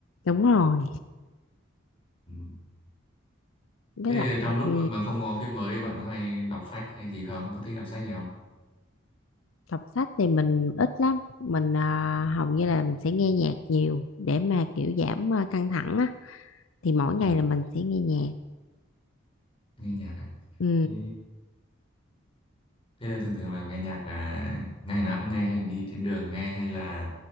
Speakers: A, on the left; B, on the left.
A: đúng rồi
B: ừ.
A: với
B: thế
A: lại
B: trong lúc
A: ừ,
B: mà không có phim mới bạn có hay đọc sách hay gì không có thích đọc sách gì không
A: đọc sách thì mình ít lắm mình ờ, hầu như là mình sẽ nghe nhạc nhiều để mà kiểu giảm ờ, căng thẳng á thì mỗi ngày
B: à,
A: là mình sẽ nghe nhạc
B: nghe nhạc à
A: ừ
B: thế, thế là thường thường là nghe nhạc à, ngày nào cũng nghe hay đi trên đường nghe hay là